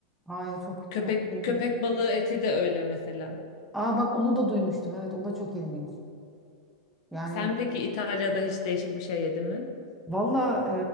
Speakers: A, in the centre; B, on the left.
A: Ay çok
B: Köpek
A: çok ilginç.
B: köpek balığı eti de öyle mesela.
A: Aa bak onu da duymuştum. Evet o da çok ilginç. Yani
B: Sen peki İtalya'da hiç değişik bir şey yedin mi?
A: Valla